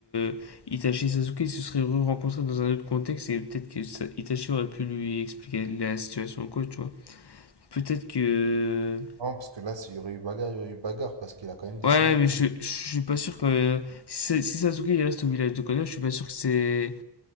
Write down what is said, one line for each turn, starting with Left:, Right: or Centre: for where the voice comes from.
Left: euh, Itachi et Sasuke se seraient re-rencontrés dans un autre contexte et peut-être que Sa- Itachi aurait pu lui expliquer la situation, quoi, tu vois. Peut-être que
Right: Non, parce que là, il y aurait eu bagarre, il y aurait eu bagarre, parce qu'il a quand même décimé
Left: Ouais, mais
Right: le clan.
Left: je, je suis pas sûr que. Si, si Sasuke il reste au village de Konoha, je suis pas sûr que c'est.